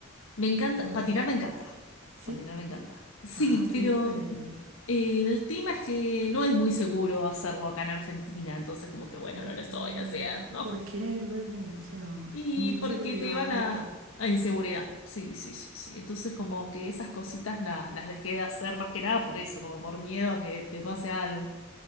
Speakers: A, on the left; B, on the right.
A: Me encanta,
B: yo m-
A: patinar me encanta.
B: Sí.
A: Patinar me encanta. Sí,
B: Ah, súper.
A: pero eh, el tema es que no es muy seguro hacerlo acá en Argentina, entonces como que bueno,
B: Oh,
A: no lo estoy haciendo.
B: ¿por qué luego? O sea,
A: Y
B: muy inseguridad
A: porque te van a,
B: o qué.
A: a inseguridad. Sí, sí, sí, sí. Entonces como que esas cositas las, las dejé de hacer más que nada por eso, como por miedo a que te pase algo.